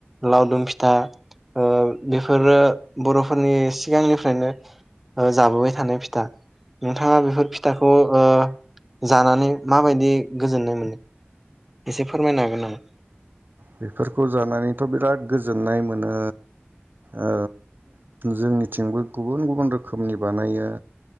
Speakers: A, in the centre; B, on the right.
A: लावदुम फिथा ओ बेफोरो बर'फ फोरनि सिगांनिफ्रायनो ओ जाबोबाय थानाय फिथा नोंथाङा बेफोर फिथाखौ ओ जानानै माबायदि गोजोननाय मोनो? एसे फोरमायनो हागोन नामा?
B: बेफोरखौ जानानैथ' बिराद गोजोननाय मोनो ओ जोंनिथिंबो गुबुन गुबुन रोखोमनि बानायो।